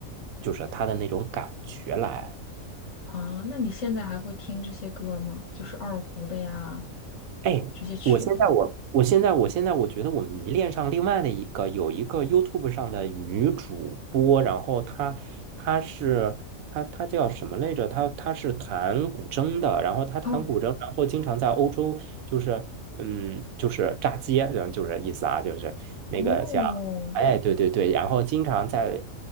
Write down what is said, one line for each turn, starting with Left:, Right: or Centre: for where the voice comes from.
Right: 就是它的那种感觉来。
Left: 啊，那你现在还会听这些歌吗？就是二胡的呀，
Right: 哎，
Left: 这些曲子。
Right: 我现在我我现在我现在我觉得我迷恋上另外的一个有一个 YouTube 上的女主播，然后她她是她她叫什么来着？她她是弹古筝的，然后她弹古筝，
Left: 哦，
Right: 然后经常在欧洲就是嗯就是炸街，嗯就是意思啊，就是那个叫。
Left: 哦，
Right: 哎，对对对，然后经常在